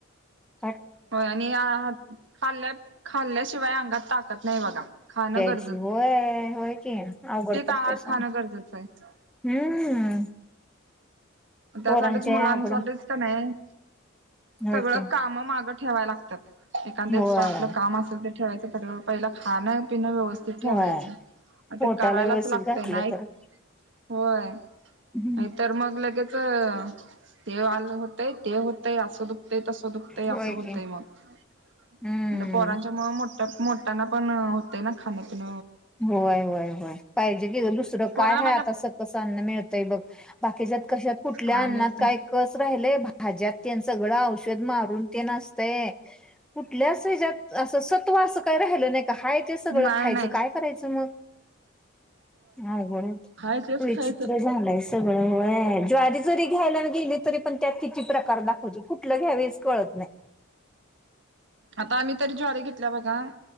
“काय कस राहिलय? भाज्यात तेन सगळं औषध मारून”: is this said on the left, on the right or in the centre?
Centre